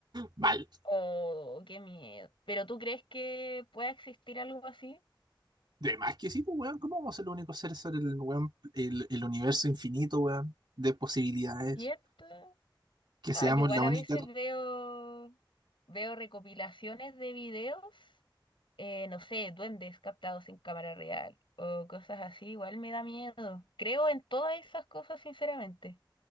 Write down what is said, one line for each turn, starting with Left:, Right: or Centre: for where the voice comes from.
Right: Mal.
Left: o qué miedo? ¿Pero tú crees que pueda existir algo así?
Right: De más que sí, pues weón, ¿cómo vamos a ser los únicos seres sobre el, weón, el, el universo infinito, weón, de posibilidades?
Left: ¿Cierto?
Right: Que
Left: Ay,
Right: seamos
Left: igual
Right: la
Left: a
Right: única.
Left: veces veo, veo recopilaciones de videos eh, no sé, duendes captados en cámara real o cosas así, igual me da miedo. Creo en todas esas cosas, sinceramente.